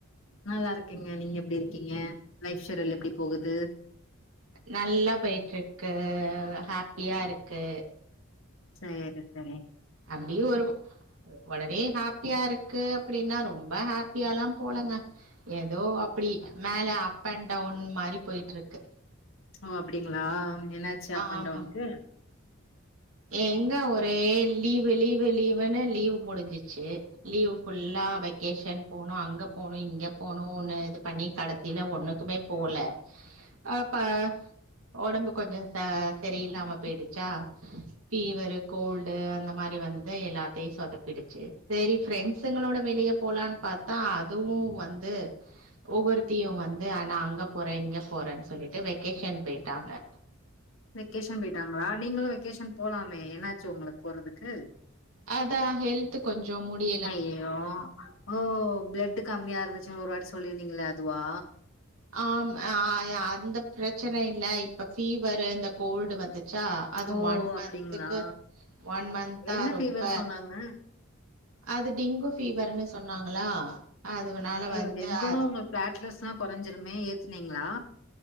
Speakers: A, on the left; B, on the right.
A: நல்லா இருக்கேங்க நீங்க எப்டி இருக்கீங்க லைப் ஷெடுல் எப்டி போகுது
B: நல்லா போய்ட்டுருக்கு ஹாப்பியா இருக்கு
A: சேரி செரி
B: அப்டியு ஒரு ஒடனே ஹாப்பியா இருக்கு அப்டின்னா ரொம்ப ஹாப்பியால்லா போலங்க ஏதோ அப்டி மேல அப் அண்ட் டவுன் மாரி போய்ட்டு இருக்கு
A: ஓ அப்டிங்களா என்னாச்சு அப்
B: ஆமாம்
A: அண்ட் டவுனுக்கு
B: எங்க ஒரே லீவு லீவு லீவுனு லீவ் முடிஞ்சிச்சு லீவ் ஃபுல்லா வெக்கேஷன் போணு அங்க போணு இங்க போணுன்னு இது பண்ணி கடைசியில ஒண்ணுக்குமே போல ஆப்பே ஒடம்புக்கு கொஞ்ச ச சரியில்லாம போயிடுச்சா இவரு கோல்டு அந்த மாரி வந்து எல்லாத்தயு சொதப்பிடுச்சு சரி பிரெண்ட்ஸங்களோட வெளியே போலான் பாத்தா அதுவு வந்து ஒவ்வொருத்தியு வந்து ஆனா அங்க போறே இங்க போறேன்னு சொல்லிட்டு வெக்கேஷன் போயிட்டாக <inaudible>
A: வெக்கேஷன் போயிட்டாங்களா நீங்களும் வெக்கேஷன் போலாமே என்னாச்சு உங்களுக்கு போறதுக்கு
B: அதா ஹெல்த் ஹெல்த்கொஞ்சொ முடி
A: அய்யய்யோ ஓ பிளட்டு கம்மியா இருந்துச்சு ஒரு வாட்டி சொல்லிருந்தீங்களே அதுவா
B: ஆம் ஆ அந்த பிரச்சன இல்ல இப்ப ஃபீவரு இந்த கோல்டு வந்துச்சா அது
A: ஓ
B: ஒன் மந்த்துக்கு
A: அப்டிங்களா
B: ஒன் மந்த்தா
A: என்ன
B: ரொம்ப
A: ஃபீவர் சொன்னாங்க
B: அது டிங்கு ஃபீவர்ன்னு சொன்னாங்களா அதுனால
A: அய்யய்யோ
B: வந்து
A: டெங்குனா
B: அது
A: உங்க பிளாட்லஸ்ல்லா கொரஞ்சுடுமே ஏத்துனீங்களா